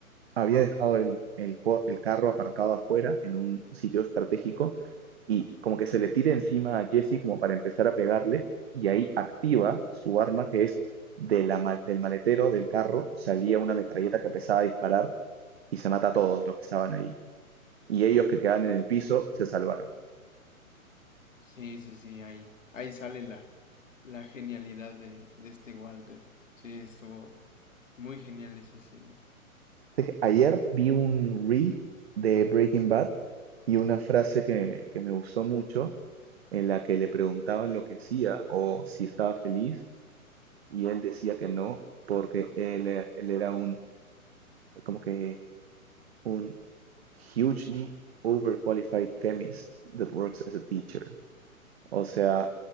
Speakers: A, on the right; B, on the left.
A: había dejado el, el co- el carro aparcado afuera en un sitio estratégico y como que se le tira encima a Jesse como para empezar a pegarle y ahí activa su arma que es de la ma- del maletero del carro salía una metralleta que empezaba a disparar y se mata a todos los que estaban ahí. Y ellos que quedan en
B: <laughs>
A: el piso se salvaron.
B: Sí, sí, sí, ahí, ahí sale la, la genialidad de, de este Walter. Sí, estuvo muy genial esa escena.
A: Dije, Ayer vi un reel de Breaking Bad y una frase que, que me gustó mucho en la que le preguntaban lo que hacía o si estaba feliz y él decía que no porque él, eh, él era un como que un hugely overqualified chemist that works as a teacher. O sea,